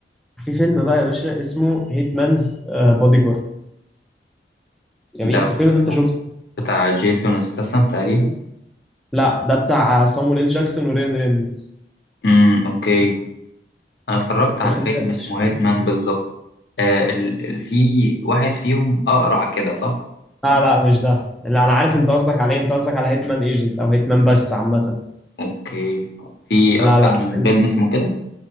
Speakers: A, in the centre; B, on the left.
A: في فيلم بقى يا باشا اسمه هيت مانز بودي جارد جميل
B: ده بتاع
A: الفيلم ده انت شفته
B: بتاع جيسون ستاثام تقريبا
A: لا ده بتاع صامويل إل جاكسون وريان رينولدز
B: امم اوكي انا اتفرجت على
A: الفيلم
B: فيلم
A: ده
B: اسمه
A: مش
B: هيتمان بالظبط آه ال... ال- في واحد فيهم اقرع كده صح
A: لا لا مش ده لا انا عارف انت قصدك عليه انت قصدك على هيتمان ايجنت او هيتمان بس عامه
B: اوكي في
A: لا
B: اكتر
A: لا
B: من
A: فيلم-
B: فيلم اسمه كده